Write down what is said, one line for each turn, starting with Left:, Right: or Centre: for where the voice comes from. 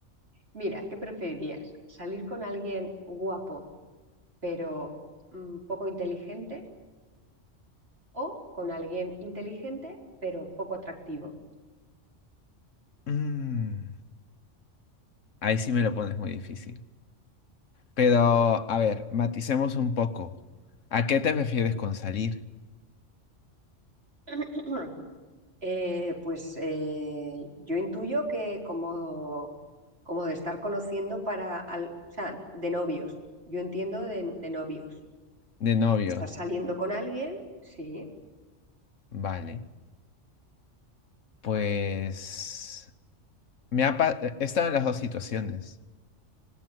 Right: mira, ¿qué preferirías? ¿Salir con alguien guapo pero mm, poco inteligente o con alguien inteligente pero poco atractivo?
Left: Mm, ahí sí me lo pones muy difícil. Pero, a ver, maticemos un poco. ¿A qué te refieres con salir
Right: <clears throat> Eh, pues eh, yo intuyo que como, como de estar conociendo para, al- o sea, de novios, yo entiendo de, de novios.
Left: de novio?
Right: Estás saliendo con alguien, sí.
Left: Vale, pues me ha pa- eh, he estado en las dos situaciones.